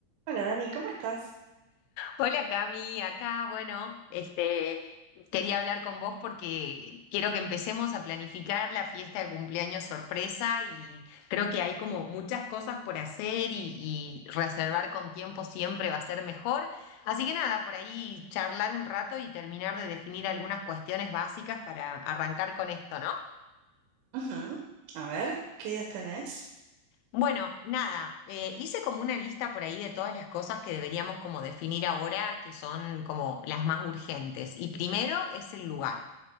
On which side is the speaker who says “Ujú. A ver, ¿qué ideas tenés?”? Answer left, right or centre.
Right